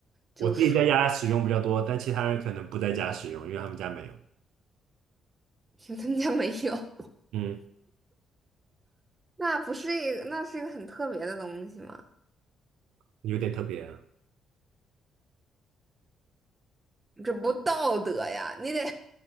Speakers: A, on the right; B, on the right.
A: 就是
B: 我自己在家使用比较多，但其他人可能不在家使用，因为他们家没有，
A: <laughs> 因为他们家没有？
B: 嗯，
A: <laughs> 那不是一个，那是一个很特别的东西吗？
B: 有点特别。
A: 这不道德呀！你得